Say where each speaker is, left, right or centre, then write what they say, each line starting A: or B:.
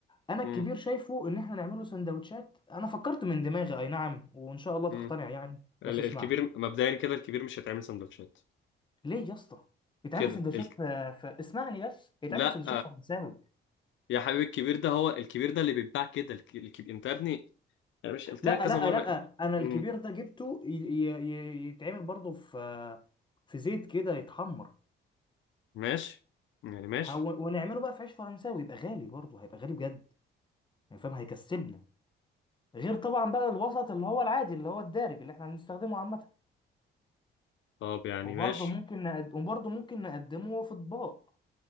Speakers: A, on the left; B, on the left.
A: انا الكبير
B: هم،
A: شايفه ان احنا نعمله سندوتشات انا فكرت من دماغي اي نعم وان شاء الله تقتنع
B: هم.
A: يعني بس
B: ال- الكبير
A: اسمعني
B: مبدئيا كده الكبير مش هيتعمل سندوتشات
A: ليه يا اسطى يتعمل
B: كده
A: سندوتشات
B: ال...
A: ف... ف... اسمعني بس يتعمل
B: لا
A: سندوتشات فرنساوي
B: يا حبيبي الكبير ده هو الكبير ده اللي بيتباع كده الك... الكبير انت يا ابني انا مش قلت
A: لا
B: لك كذا
A: لا
B: مره
A: لا انا الكبير
B: امم
A: ده جبته ي... ي... ي- يتعمل برضه في في زيت كده يتحمر
B: ماشي يعني ماشي
A: هو... ونعمله بقى في عيش فرنساوي يبقى غالي برضه هيبقى غالي بجد يعني فاهم هيكسبنا غير طبعا بقى الوسط اللي هو العادي اللي هو الدارج اللي احنا بنستخدمه عامة
B: طب يعني
A: وبرضه
B: ماشي
A: ممكن نقد... وبرضه ممكن نقدمه في اطباق